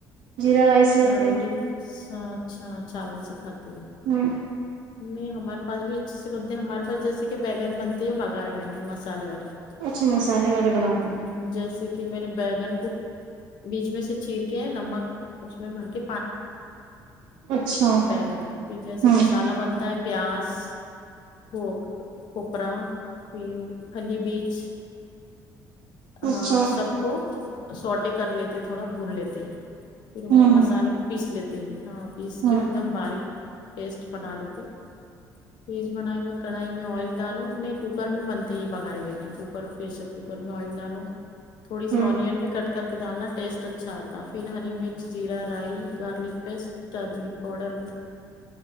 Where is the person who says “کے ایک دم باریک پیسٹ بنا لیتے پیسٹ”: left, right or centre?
Left